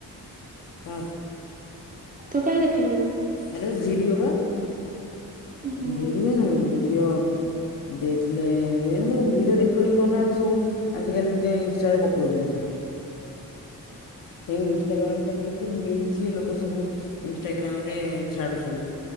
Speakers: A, on the left; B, on the right.
A: କ
B: ତୁ କେମିତି ଦେଖି
A: ଆରେ ଭିଡିଓ ବା
B: ହୁଁ ହୁଁ।
A: ଭିଡିଓ ନୁହଁ କି? ଭିଡିଓ ଦେଇଥିଲେ, ଏଇନା ସବୁ ଭିଡିଓ ରେକଡ଼ିଂ କରୁନାହାଁନ୍ତି ସବୁ ଆଜିକାଲି ଯିଏ ଇନଷ୍ଟାରେ ପକଉଚନ୍ତି ସବୁ ଯେଉଁ ଇନଷ୍ଟାଗ୍ରାମରେ ପକେଇଥିଲି କିଏ ଲୋକ ସବୁ ଇନଷ୍ଟାଗ୍ରାମରେ ଛାଡୁଛନ୍ତି,